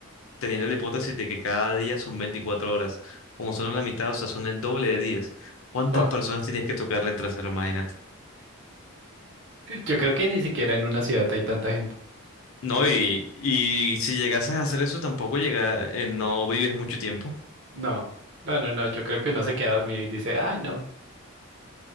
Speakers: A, on the left; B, on the right.
A: teniendo la hipótesis de que cada día son 24 horas. Como son la mitad, o sea, son el doble de días. ¿Cuántas
B: Oh,
A: personas tienes que tocarle el trasero? Imagínate.
B: yo creo que ni siquiera en una ciudad hay tanta gente.
A: No, y, y si llegases a hacer eso, tampoco llega, eh, no vives mucho tiempo.
B: No, no, no, no. Yo creo que uno se queda dormido y dice, ay, no.